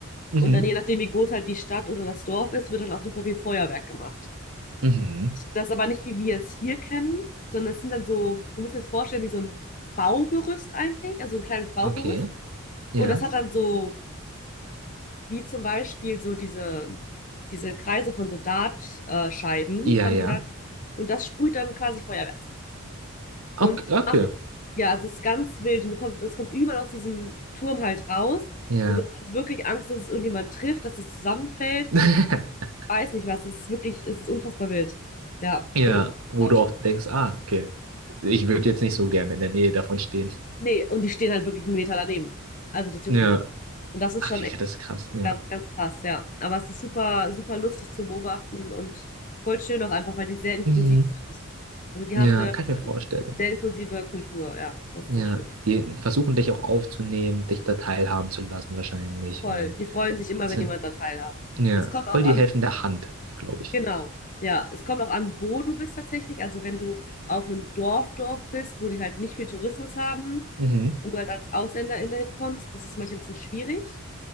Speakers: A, on the right; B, on the left.
A: Mhm.
B: Und dann je nachdem, wie groß halt die Stadt oder das Dorf ist, wird dann auch super viel Feuerwerk gemacht.
A: Mhm.
B: Das aber nicht, wie wir es hier kennen, sondern es sind dann so, du musst dir das vorstellen, wie so ein Baugerüst eigentlich, also ein kleines Baugerüst.
A: Okay. Ja.
B: Und das hat dann so Wie zum Beispiel so diese, diese Kreise von so Dartscheiben äh, Scheiben
A: Ja,
B: haben
A: ja.
B: die da. Und das sprüht dann quasi Feuerwerk. Und
A: Okay. okay.
B: ach, ja, es ist ganz wild. Und du kommt, das kommt überall aus diesem Turm halt raus.
A: Ja.
B: Und du hast halt wirklich Angst, dass es irgendjemand trifft, dass es zusammenfällt.
A: <laughs>
B: Weiß nicht was. Das ist wirklich, es ist unfassbar wild. Ja.
A: Ja,
B: Und unfassbar
A: wo
B: laut.
A: du auch denkst, ah, okay, ich würde jetzt nicht so gerne in der Nähe davon stehen.
B: Nee und die stehen halt wirklich 'n Meter daneben. Also, das juckt
A: Ja,
B: die nicht. Und das ist
A: okay,
B: schon echt
A: ja, das ist krass, ja.
B: ganz, ganz krass, ja. Aber es ist super super lustig zu beobachten und voll schön auch einfach, weil die sehr inklusiv
A: Mhm.
B: sind. Also, die
A: Ja,
B: haben eine
A: kann ich
B: äh,
A: mir vorstellen.
B: sehr inklusive Kultur, ja, das ist
A: Ja,
B: sehr schön.
A: die versuchen dich auch aufzunehmen, dich da teilhaben zu lassen wahrscheinlich
B: Voll.
A: und
B: Die freuen sich immer,
A: sind,
B: wenn jemand da teilhat.
A: ja,
B: Es kommt
A: voll
B: auch an
A: die helfende Hand, glaube ich.
B: genau. Ja, es kommt auch an, wo du bist tatsächlich. Also, wenn du auf einem Dorf, Dorf bist, wo die halt nicht viel Tourismus haben
A: Mhm.
B: und du halt als Ausländerin da hinkommst, ist es manchmal ein bisschen schwierig.